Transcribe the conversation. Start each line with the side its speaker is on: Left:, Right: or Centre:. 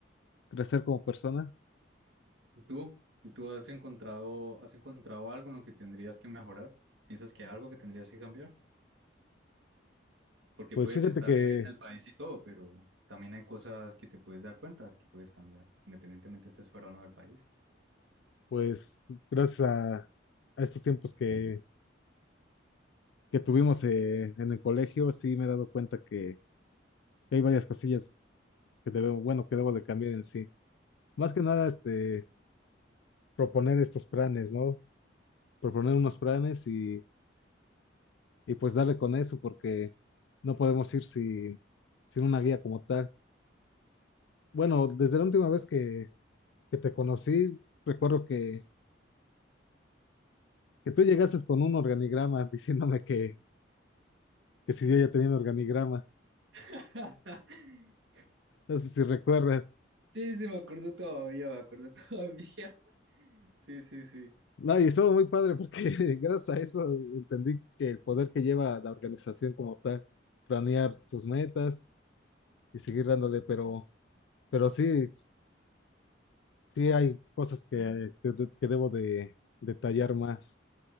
Left: crecer como persona.
Right: ¿Y tú? ¿Y tú has encontrado, has encontrado algo en lo que tendrías que mejorar? ¿Piensas que hay algo que tendrías que cambiar? Porque
Left: Pues
Right: puedes
Left: fíjate
Right: estar
Left: que
Right: en el país y todo, pero también hay cosas que te puedes dar cuenta que puedes cambiar, independientemente estés fuera o no del país.
Left: Pues gracias a, a estos tiempos que, que tuvimos eh, en el colegio, sí me he dado cuenta que, que hay varias cosillas que debo, bueno, que debo de cambiar en sí. Más que nada, este, proponer estos planes, ¿no? Proponer unos planes y, y pues darle con eso, porque no podemos ir sin, sin una guía como tal. Bueno, desde la última vez que, que te conocí, recuerdo que, que tú llegaste con un organigrama <laughs> diciéndome que, que si yo ya tenía un organigrama.
Right: <laughs>
Left: No sé si recuerdas.
Right: Sí, sí, me acuerdo todavía, me acuerdo todavía. <laughs> Sí, sí, sí.
Left: No, y estuvo muy padre porque <laughs> gracias a eso entendí que el poder que lleva la organización como tal, planear tus metas y seguir dándole, pero, pero sí, sí hay cosas que, que, de- que debo de detallar más.